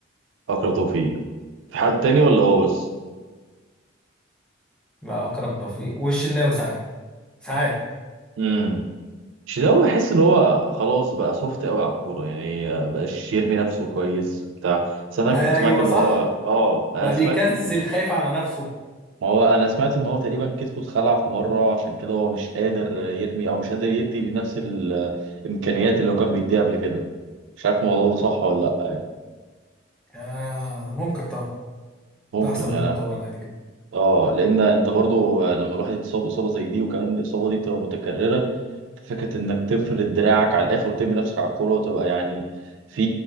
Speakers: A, on the right (about 70°); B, in the centre.
A: اكرم توفيق في حد تاني ولا هو بس
B: مع اكرم توفيق والشناوي ساعات ساعات
A: امم شيداوي بحس ان هو خلاص بقى سوفت قوي على الكوره يعني آه، بقاش يرمي نفسه كويس بتاع بس انا
B: ايوه
A: كنت سمعت ان
B: صح
A: هو اه انا
B: بقى
A: سمعت
B: بيكسل
A: ان
B: خايف على نفسه
A: ما هو انا سمعت ان هو تقريبا كتفه اتخلع في مره عشان كده هو مش قادر يرمي او مش قادر يدي بنفس الامكانيات اللي هو كان بيديها قبل كده مش عارف الموضوع ده صح ولا لا
B: آه ممكن طبعا
A: ممكن
B: تحصل
A: انا
B: منه طبعا عادي جدا
A: اه لان انت برضو آه، لما الواحد يتصاب اصابه زي دي وكمان الاصابه دي بتبقى متكرره فكره انك تفرد دراعك على الاخر وترمي نفسك على الكوره وتبقى يعني في